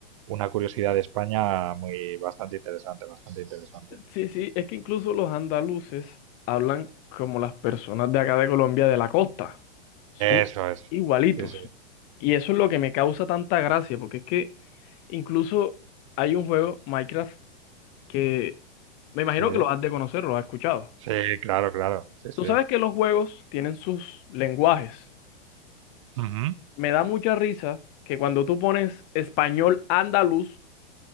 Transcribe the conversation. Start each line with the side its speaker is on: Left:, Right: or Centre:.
Right: una curiosidad de España muy bastante interesante, bastante interesante.
Left: Sí, sí, es que incluso los andaluces hablan como las personas de acá de Colombia de la costa. Son
Right: Eso es.
Left: igualitos.
Right: Sí, sí,
Left: Y eso es lo que me causa tanta gracia, porque es que incluso hay un juego, Minecraft, que me imagino
Right: sí,
Left: que lo has de conocer, lo has escuchado.
Right: sí, claro, claro, sí, sí.
Left: Tú sabes que los juegos tienen sus lenguajes.
Right: Ujú,
Left: Me da mucha risa que cuando tú pones español andaluz,